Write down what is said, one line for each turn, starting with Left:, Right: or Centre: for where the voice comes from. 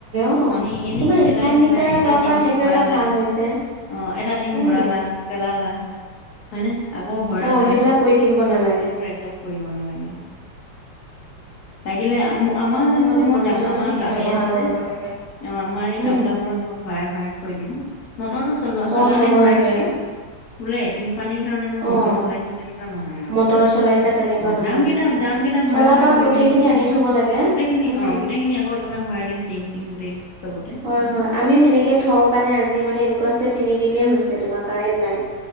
Left: বা
Right: অ',
Left: পানী এনেই
Right: তোমাৰ
Left: পেলাই
Right: স্মাৰ্ট
Left: হেলাই
Right: মিটাৰ
Left: এটা
Right: হোৱাৰ
Left: টিং
Right: পৰা সেইটো
Left: ভৰালা।
Right: এটা ভাল হৈছে।
Left: অঁ' এটা টিং
Right: উম,
Left: ভৰালা, পেলালা, হয়নে আকৌ ভৰালা।
Right: অ', সেইবিলাক কৰি থাকিব নালাগে।
Left: এইবোৰ একদম কৰিব নালাগে। লাগিলে
Right: তাকে
Left: আমাৰ
Right: মানুহে
Left: জানিবা
Right: মানে প্ৰয়োজনীয়
Left: মোৰ ডাঙ আমাৰ
Right: খিনি ব্যৱহাৰ
Left: সেই আছে
Right: কৰিব
Left: যে।
Right: লাগে।
Left: অঁ' আমাৰ এই গামলাবোৰত
Right: উম,
Left: মই ভৰাই ভৰাই থৈ দিওঁ, মটৰটো চলোৱা চলালেই
Right: অ', থব
Left: ভৰাই
Right: লাগে
Left: থৈ দিওঁ। বোলে এটিং পানীৰ কাৰণে মই
Right: অ',
Left: মটৰ চলাইছো তেনেকুৱা নহয় আৰু।
Right: মটৰ চলাইছা তেনেকুৱা
Left: অঁ'
Right: নহয়।
Left: দাম কেইটা দাম কেইটা ভৰাই
Right: চলাবা
Left: ভৰাই থৈ
Right: গোটেইখিনি
Left: দিওঁ আৰু
Right: আনি থব লাগে
Left: গোটেই খিনি
Right: উম।
Left: অঁ' গোটেই খিনি আকৌ একেবাৰে ভৰাই দিম টিং চিং গোটেই চবতে।
Right: হয় হয় আমিও সেনেকে থওঁ কাৰণে আজি মানে এনেকুৱা হৈছে তিনিদিনেই হৈছে তোমাৰ কাৰেণ্ট নাই